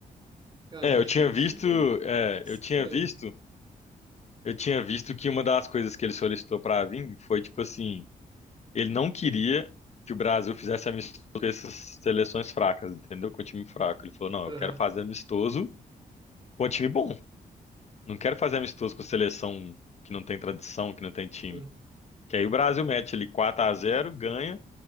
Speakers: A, on the right; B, on the left.
A: cara,
B: É,
A: eu
B: eu
A: achei
B: tinha visto,
A: isso meio
B: é,
A: estranho.
B: eu tinha visto, eu tinha visto que uma das coisas que ele solicitou pra vir foi tipo assim, ele não queria que o Brasil fizesse amistoso com essas seleções fracas, entendeu? Com o time fraco. Ele falou, não,
A: Aham,
B: eu quero fazer amistoso com o time bom. Não quero fazer amistoso com seleção que não tem tradição, que não tem time.
A: uhum,
B: Que aí o Brasil mete ali quatro a zero, ganha,